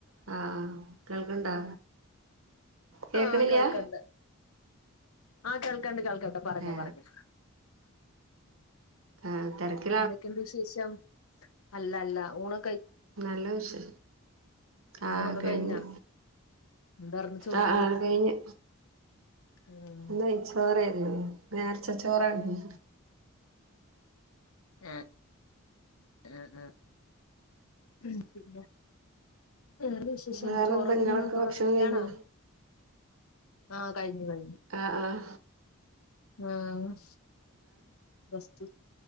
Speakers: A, on the right; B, on the left.
A: ആഹ് ആഹ് കേൾക്കണ്ടാ കേക്ക്ണില്ലാ
B: ആഹ് കേൾക്കണ്ട് ആഹ് കേൾക്കണ്ട് കേൾക്കണ്ട് പറഞ്ഞോ
A: ഏ
B: പറഞ്ഞോ
A: ആഹ് തെരക്ക്
B: എന്തൊക്കെണ്ട്‌ വിശേഷം അല്ല അല്ല ഊണ്
A: നല്ല വിശേഷ ആഹ്
B: ഊണൊക്കെ
A: കഴിഞ്ഞ്
B: കഴിഞ്ഞാ എന്താർന്ന് ചോറിന്
A: ആഹ് ആഹ് കയിഞ്ഞ്
B: ഉം
A: നെയ്ച്ചോറായിരുന്ന്‌ നേർച്ചച്ചോറാര്ന്ന്‌
B: ഏഹ് ആഹ് ആഹ് ഉം പിന്നെ വേറെ വിശേഷംന്ത്
A: വേറെന്താ
B: ചോറ്തിന്ന്‌
A: നിങ്ങളൊക്കെ
B: പ
A: ഭക്ഷണം
B: റസ്റ്റിലാണാ
A: കഴിഞ്ഞോ
B: ആഹ് കയിഞ്ഞ് കഴിഞ്ഞ്
A: ആഹ് ആഹ്
B: ആഹ് റസ്റ്റ്